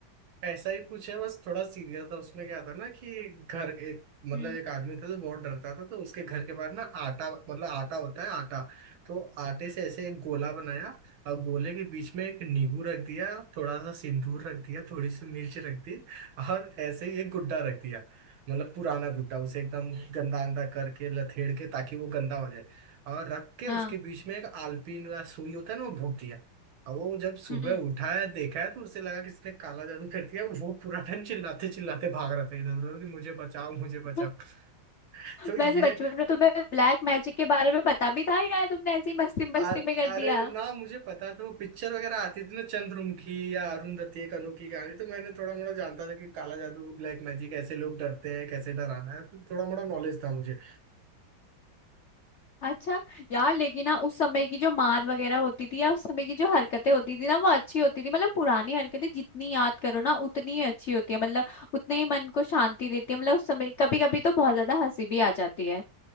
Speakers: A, on the right; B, on the left.
A: ऐसा ही कुछ है बस थोड़ा सीरियस था उसमें क्या था ना कि घर एक मतलब
B: हम्म
A: एक आदमी था जो बहुत डरता था तो उसके घर के बाहर ना आटा मतलब आटा होता है आटा तो आटे से ऐसे एक गोला बनाया और गोले के बीच में एक नींबू रख दिया थोड़ा सा सिंदूर रख दिया थोड़ी सी मिर्च रख दी और ऐसे ही एक गुड्डा रख दिया मतलब पुराना गुड्डा उसे एकदम गंदा अंदा करके लथेड़ के ताकि वो गंदा हो जाए और रख के
B: हाँ
A: उसके बीच में एक आलपीन या सुई होता है ना वो भोंक दिया अब वो जब सुबह
B: हम्म
A: उठा है देखा है तो उसे लगा किसने काला जादू कर दिया वो पूरा टाइम चिल्लाते चिल्लाते भाग रहा था इधर उधर कि मुझे बचाओ मुझे
B: <laughs>
A: बचाओ <laughs> तो ये
B: वैसे बचपन में तुम्हें ब्लैक मैजिक के बारे में पता भी था या तुमने ऐसी मस्ती
A: आ-
B: मस्ती में कर
A: अरे
B: दिया
A: ना मुझे पता था वो पिक्चर वगैरह आती थी ना चंद्रमुखी या अरुंधति एक अनोखी कहानी तो मैंने थोड़ा मोड़ा जानता था कि काला जादू ब्लैक मैजिक ऐसे लोग डरते हैं कैसे डराना है तो थोड़ा मोड़ा नॉलेज था मुझे
B: अच्छा यार लेकिन ना उस समय की जो मान वगैरह होती थी या उस समय की जो हरकतें होती थी ना वो अच्छी होती थी मतलब पुरानी हरकतें जितनी याद करो ना उतनी ही अच्छी होती है मतलब उतने ही मन को शांति देती है मतलब उस समय कभी कभी तो बहुत ज्यादा हंसी भी आ जाती है